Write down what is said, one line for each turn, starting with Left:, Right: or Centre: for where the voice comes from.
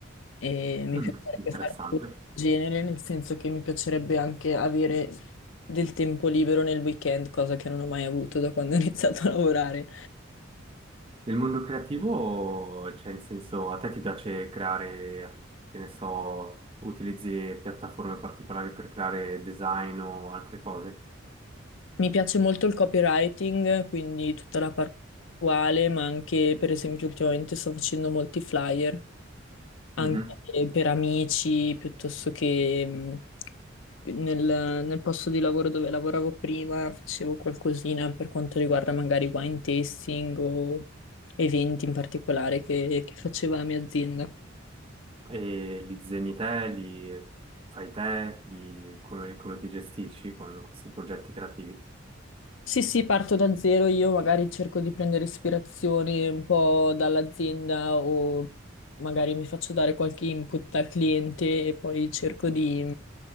Left: e mi
Right: Mm,
Left: piacerebbe
Right: interessante.
Left: fare un po' del genere, nel senso che mi piacerebbe anche avere del tempo libero nel weekend, cosa che non ho mai avuto da quando ho iniziato a lavorare.
Right: Nel mondo creativo, cioè, in senso, a te ti piace creare, che ne so, utilizzi piattaforme particolari per creare design o altre cose?
Left: Mi piace molto il copywriting, quindi tutta la parte attuale, ma anche, per esempio, ultimamente sto facendo molti flyer, anche
Right: Ok.
Left: per amici, piuttosto che mh, nel, nel posto di lavoro dove lavoravo prima, facevo qualcosina per quanto riguarda magari wine tasting o eventi in particolare che che faceva la mia azienda.
Right: E li disegni te, li fai te, li- come, come ti gestisci con questi progetti creativi?
Left: Sì, sì, parto da zero, io magari cerco di prendere ispirazione un po' dall'azienda o magari mi faccio dare qualche input dal cliente e poi cerco di,